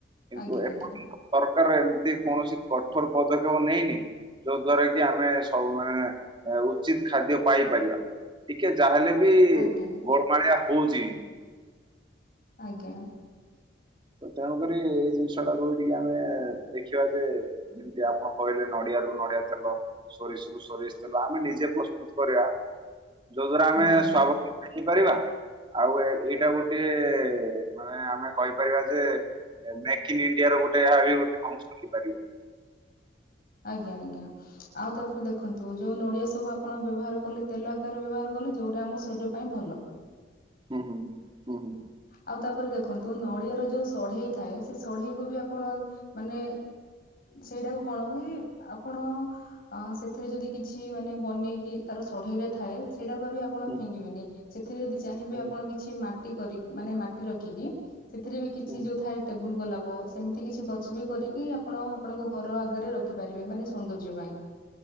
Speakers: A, on the right; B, on the left.
A: କିନ୍ତୁ
B: ଆଜ୍ଞା ଆଜ୍ଞା
A: <inaudible> ସରକାର ଏମିତି କୌଣସି କଠୋର ପଦକ୍ଷେପ ନେଇନି ଯୋଉ ଦ୍ଵାରା କି ଆମେ ସବୁ ମାନେ ଉଚିତ ଖାଦ୍ୟ ପାଇପାରିବା ଟିକେ ଯାହାହେଲେ ବି ବି
B: ଆଜ୍ଞା
A: ଗୋଳମାଳିଆ ହଉଚି।
B: ଆଜ୍ଞା।
A: ତ ତେଣୁକରି ଏଇ ଜିନିଷଟାକୁ ବି ଟିକେ ଆମେ ଦେଖିବା ଯେ ଯେମିତି ଆପଣ କହିଲେ ନଡି ନଡିଆରୁ ନଡିଆ ତେଲ ସୋରିଷରୁ ସୋରିଷ ତେଲ ଆମେ ନିଜେ ପ୍ରସ୍ତୁତ କରିବା। ଯୋଉ ଦ୍ଵାରା ଆମେ
B: ଆଜ୍ଞା
A: ସ୍ଵଭାବିକ ହେଇପାରିବା ଆଉ ଏଇ ଏଇଟା ଗୋଟିଏ ମାନେ ଆମେ କହି କହିବା ଯେ ମେକ୍ ଇନ ଇଣ୍ଡିଆର ଗୋଟେ ଏହା ବି ଗୋଟେ ଅଂଶ ହେଇପାରିବ।
B: ଆଜ୍ଞା-ଆଜ୍ଞା, ଆଉ ତାପରେ ଦେଖନ୍ତୁ ଯୋଉ ନଡିଆ ସବୁ ଆପଣ ବ୍ୟବହାର କଲେ ତେଲ ଆକାରେ ବ୍ୟବହାର କଲେ ଯୋଉଟା ଆମ ଶରୀର ପାଇଁ ଭଲ।
A: ହୁଁ-ହୁଁ ହୁଁ-ହୁଁ।
B: ଆଉ ତାପରେ ଦେଖନ୍ତୁ ନଡିଆର ଯୋଉ ସଢେଇ ଥାଏ ସେ ସଢେଇ କୁ ବି ଆପଣ ମାନେ ସେଇଟାକୁ କଣ କି ଆପଣ ସେଥିରେ ଯଦି କିଛି ମାନେ ବନେଇକି ତାର ସଢେଇରେ ଥାଏ ସେଇଟାକୁ ବି ଆପଣ
A: ହୁଁ।
B: ଫିଙ୍ଗିବେନି ସେଥିରେ ଯଦି ଚାହିଁବେି
A: ହୁଁ
B: ଆପଣ କିଛି ମାଟି କରି ମାନେ ମାଟି ରଖିକି ସେଥିରେ ବି କିଛି
A: ହୁଁ
B: ଯୋଉ ଥାଏ ଟେବୁଲ ଗୋଲାପ ପ ସେମିତି କିଛି ଗଛ ବି କରିକି ଆପଣ ଆପଣଙ୍କ ଘର ଆଗରେ ରଖିପାରିବେ ମାନେ ସୌନ୍ଦର୍ଯ୍ୟ ପାଇଁ। <inaudible>